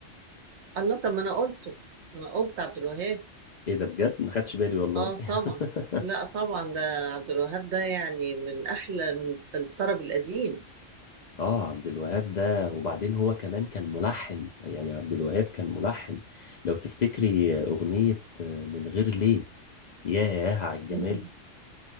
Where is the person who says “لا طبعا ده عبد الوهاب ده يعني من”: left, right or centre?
Right